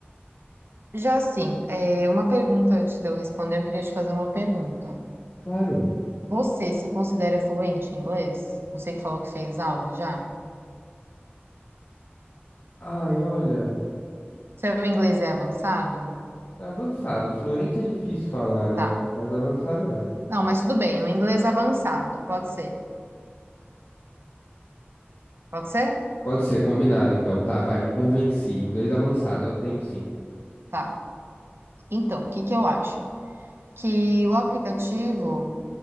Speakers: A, on the right (about 70°); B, on the left (about 55°).
A: Já assim, é, uma pergunta antes de eu responder, eu queria te fazer uma pergunta.
B: Claro.
A: Você se considera fluente em inglês? Você que falou que fez aula já?
B: Ai, olha.
A: Seu inglês é avançado?
B: Avançado. Fluente é difícil falar, né?
A: Tá.
B: Mas avançado é.
A: Não, mas tudo bem, um inglês avançado, pode ser. Pode ser?
B: Pode ser, combinado então. Tá, vai, me convenci. Inglês avançado, eu tenho sim.
A: Tá. Então, o que que eu acho? Que o aplicativo,